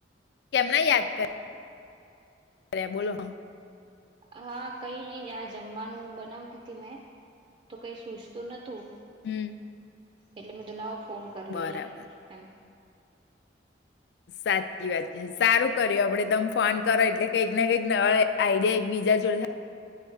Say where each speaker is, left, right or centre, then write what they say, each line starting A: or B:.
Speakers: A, on the left; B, on the right.
A: કેમના યાદ કર બોલો હ
B: હા કઈ નહી આ જમવાનું બનાવતી હતી મેં તો કઈ સૂજતું નતું
A: હમ
B: એટલે મે દો લ ફોન કર
A: બરાબર
B: લઈએ હેમ
A: સાચી વાત છે સારું કર્યું આપડે તમે ફોન કરો એટલે કંઈક ના કંઈક નવા આઈડિયા એક બીજા જોડે